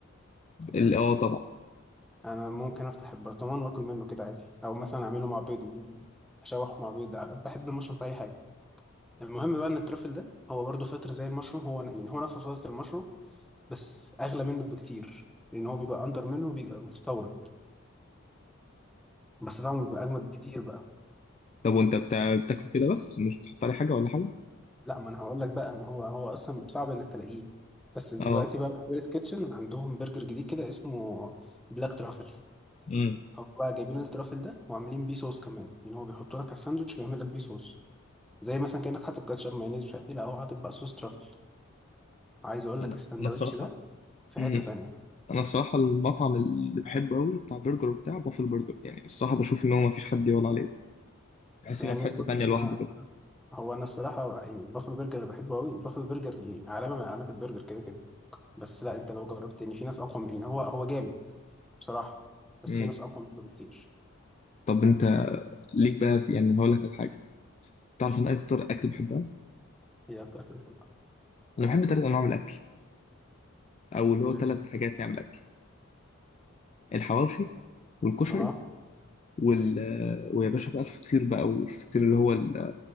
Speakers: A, on the left; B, in the centre.
A: ال- اه طبعا
B: أنا ممكن أفتح البرطمان وآكل منه كده عادي أو مثلا أعمله مع بيض أشوحه مع بيض ع- بحب المشروم في أي حاجة المهم بقى إن الترافل ده هو برضه فطر زي المشروم هو ن- يعني هو نفس فصيلة المشروم بس اغلى منه بكتير لان هو بيبقى اندر منه وبيبقى مستورد بس طعمه بيبقى اجمد بكتير بقى
A: طب وانت بتاع... بتاكله كده بس مش بتحط عليه حاجه ولا حاجه
B: لا ما انا هقول لك بقى ما هو هو اصلا صعب انك تلاقيه بس دلوقتي
A: اه
B: بقى في فيلز كيتشن عندهم برجر جديد كده اسمه بلاك ترافل
A: امم
B: هو بقى جايبين الترافل ده وعاملين بيه صوص كمان يعني هو بيحطوا لك على الساندوتش ويعمل لك بيه صوص زي مثلا كانك حاطط كاتشب مايونيز مش عارف ايه لا هو حاطط بقى صوص ترافل عايز اقول
A: انا
B: لك الساندوتش
A: انا الصراحه
B: ده في
A: امم
B: حتة تانية
A: انا الصراحه المطعم اللي بحبه قوي بتاع برجر وبتاع بافل برجر يعني الصراحه بشوف ان هو ما فيش حد يقول عليه بحس
B: يعني
A: ان هو في حته
B: بص
A: تانية
B: انا
A: لوحده كده
B: هو انا الصراحه يعني بافلو برجر اللي بحبه قوي وبافلو برجر يعني علامه من علامات البرجر كده كده بس لا انت لو جربت يعني في ناس اقوى من يعني هو هو جامد بصراحه بس
A: امم
B: في ناس اقوى منه بكتير
A: طب انت ليك بقى في يعني أنا هقول لك على حاجه تعرف ان اكتر اكل بحبها
B: هي اكتر اكله بحبها
A: انا بحب ثلاث انواع من الاكل او اللي هو
B: زي
A: ثلاث حاجات يعني من الاكل الحواوشي والكشري
B: اه
A: وال ويا باشا بقى الفطير بقى والفطير اللي هو ال...